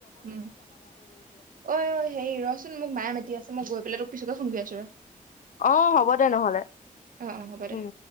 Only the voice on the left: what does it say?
আহ হ'ব দে নহলে
উম